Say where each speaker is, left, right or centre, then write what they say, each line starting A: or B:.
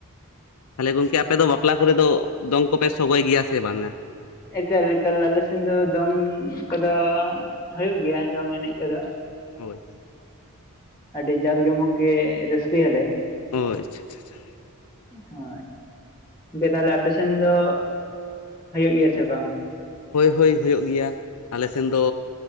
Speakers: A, on the left; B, on the left.
A: ᱛᱟᱦᱚᱞᱮ ᱜᱚᱝᱠᱮ ᱟᱯᱮ ᱫᱚ ᱵᱟᱯᱞᱟ ᱠᱚᱨᱮ ᱫᱚ ᱫᱚᱝ ᱠᱚᱯᱮ ᱥᱚᱜᱚᱭ ᱜᱮᱭᱟ ᱥᱮ ᱵᱟᱝᱼᱟ?
B: ᱮᱠᱟᱞ ᱮᱠᱟᱞ ᱟᱞᱮ ᱥᱮᱱ ᱫᱚ ᱫᱚᱝ ᱠᱚᱫᱚ ᱦᱚᱭᱩᱜ ᱜᱮᱭᱟ ᱫᱚᱝ ᱮᱱᱮᱡ ᱠᱚᱫᱚ᱾
A: ᱦᱳᱭ
B: ᱟᱹᱰᱤ ᱡᱟᱠ ᱡᱚᱢᱚᱠ ᱜᱮ ᱨᱟᱹᱥᱠᱟᱹ ᱭᱟᱞᱮ᱾
A: ᱦᱳᱭ ᱟᱪᱷᱟ ᱪᱷᱟ ᱪᱷᱟ ᱾
B: ᱦᱚᱭ᱾ ᱡᱮ ᱛᱟᱦᱮᱞᱮ ᱟᱯᱮ ᱥᱮᱱ ᱫᱚ ᱦᱩᱭᱩᱜ ᱜᱮᱭᱟ ᱥᱮ ᱵᱟᱝ?
A: ᱦᱳᱭ ᱦᱳᱭ ᱦᱩᱭᱩᱜ ᱜᱮᱭᱟ ᱟᱞᱮ ᱥᱮᱱ ᱫᱚᱼᱼ